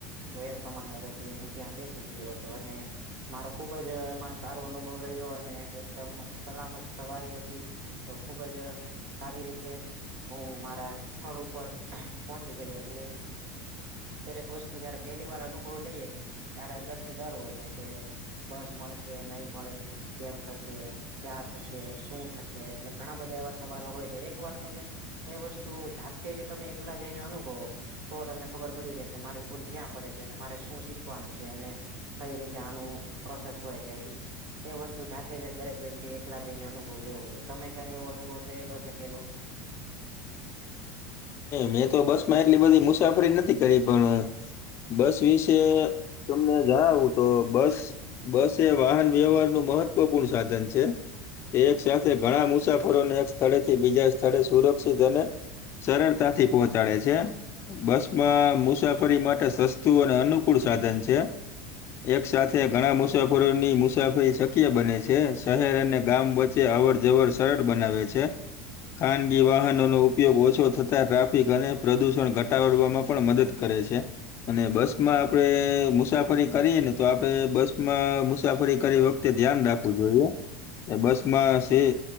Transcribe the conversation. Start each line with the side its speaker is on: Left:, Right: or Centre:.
Right: તો એ પ્રમાણે પછી હું ત્યાં બેસી ગયો હતો અને- મારો ખુબ જ એમાં સારો અનુભવ રહ્યો અને એકદમ સલામત- સવારી હતી તો ખુબ જ સારી રીતે હું મારા સ્થળ ઉપર પહોંચી ગયો એટલે દરેક વસ્તુ જયારે પેલી વાર અનુભવ લઈએ ત્યારે અંદર થી ડર હોય છે કે બસ મળશે નહી મળે કેમ થશે ક્યાં થશે શું થશે એટલે ઘણા બધા એવા સવાલો હોય છે એક વાર તમે એ વસ્તુ જાતે જ તમે એકલા જઈને અનુભવો તો તમને ખબર પડી જાય કે મારી ભૂલ ક્યાં પડે છે અને મારે શું શીખવાનું છે અને કઈ રીતે આનું પ્રોસેસ હોય છે એટ એ વસ્તુ જાતે જ દરેક વ્યક્તિ- પટલા જઈને અનુભવ લેવો જોો ત ક્યારે એવો અનુભવ થયેલો છે પેલો
Left: મેં તો બસ માં એટલી બધી મુસાફરી નથી કરી પણ- બસ વિશે તમને જણાવું તો બસ બસ એ વાહન વ્યવહારનું મહત્વપૂર્ણ સાધન છે. એક સાથે ઘણા મુસાફરોને એક સ્થળે થી બીજા સ્થળે સુરક્ષિત અને- સરળતાથી પહોંચાડે છે. બસ માં મુસાફરી માટે સસ્તું અને અનુકૂળ સાધન છે. એક સાથે ઘણા મુસાફરોની મુસાફરી શક્ય બને છે. શહેર અને ગામ વચ્ચે- અવર જવર સરળ બનાવે છે ખાનગી વાહનોનો ઉપ- ઉપયોગ ઓછો થતા ટ્રાફિક અને પ્રદૂષણ ઘટાડવામાં પણ મદદ કરે છે. અને બસ માં આપણેે મુસાફરી કરીએ ને તો આપણે બસ માં મુસાફરી કરી વખતે- ધ્યાન રાખવું જોઈએ બસમાં